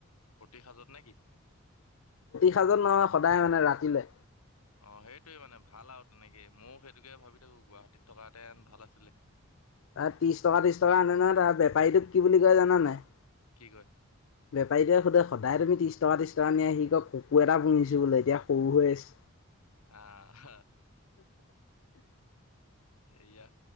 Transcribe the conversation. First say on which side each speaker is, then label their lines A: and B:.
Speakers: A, on the left (about 90°); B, on the left (about 60°).
A: প্ৰতি সাজত নে কি?
B: সাজত নহয় সদায় মানে ৰাতিলেলৈ
A: অ' সেইটোৱে মানে ভাল আৰু তেনেকেই ময়ো সেইটোকে ভাবি থাকো গুৱাহাটীত থকাতেন ভাল আছিলে।
B: তাৰ ত্ৰিশ টকা, ত্ৰিশ টকা, আনে নহয়, তাৰ বেপাৰীটোক কি বুলি কয় জানা নে নাই?
A: কি কয়?
B: বেপাৰীটোৱে সোধে সদায় তুমি ত্ৰিছ টকা, ত্ৰিছ টকা নিয়া, সি কিয় ককুৰ এটা পুহিছোঁ বোলে, এতিয়া সৰু হৈ আছে।
A: আহ। সেয়া,